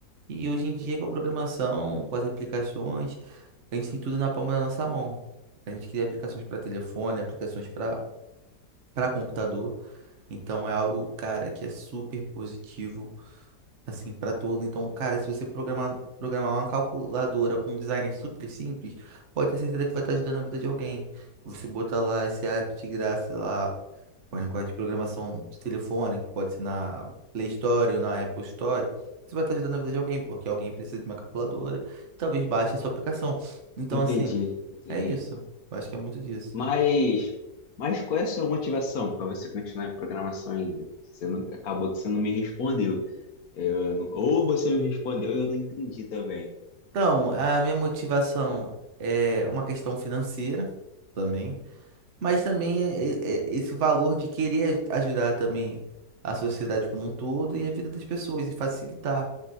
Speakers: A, on the right; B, on the left.
A: E hoje em dia, com a programação, com as aplicações, a gente tem tudo na palma da nossa mão. A gente cria aplicações para telefone, aplicações para para computador. Então, é algo, cara, que é super positivo, assim, para todo. Então, cara, se você programar, programar uma calculadora com um design super simples, pode ter certeza que vai estar ajudando a vida de alguém. Você bota lá esse app de graça lá. Mas no código de programação de telefone, que pode ser na Play Store ou na Apple Store, você vai estar ajudando a vida de alguém, porque alguém precisa de uma calculadora, talvez baixe a sua aplicação. Então,
B: Entendi,
A: assim,
B: entendi.
A: é isso. Eu acho que é muito disso.
B: Mas, mas qual é a sua motivação para você continuar em programação ainda? Você não- acabou que você não me respondeu. Eu não- ou você me respondeu e eu não entendi também.
A: Então, a minha motivação é uma questão financeira também, mas também é- é- é esse valor de querer aj- ajudar também a sociedade como um todo e a vida das pessoas e facilitar.